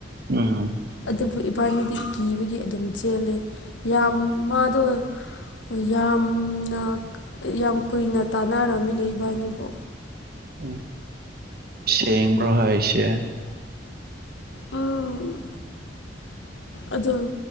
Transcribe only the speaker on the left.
ꯑꯗꯨꯕꯨ ꯏꯕꯟꯅꯤꯗꯤ ꯀꯤꯕꯒꯤ ꯑꯗꯨꯝ ꯆꯦꯜꯂꯦ ꯌꯥꯝ ꯃꯥꯗꯣ ꯍꯣꯏ ꯌꯥꯝꯅ ꯌꯥꯝ ꯀꯨꯏꯅ ꯇꯥꯟꯅꯔꯝꯃꯦꯅꯦ ꯏꯕꯟꯅꯤꯕꯨ
ꯎꯝ ꯑꯗꯨꯝ